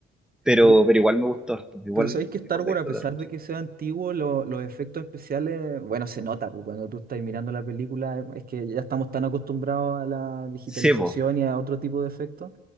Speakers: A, in the centre; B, on the right.
A: pero,
B: Pero,
A: pero igual me gustó harto, igual,
B: pero sabéis que Star
A: igual
B: Wars,
A: la disfruté
B: a pesar
A: harto.
B: de que sea antiguo, lo- los efectos especiales, bueno, se nota, pues cuando tú estás mirando la película, es que ya estamos tan acostumbrados a la digitalización
A: Sí, pues,
B: y a otro tipo de efectos.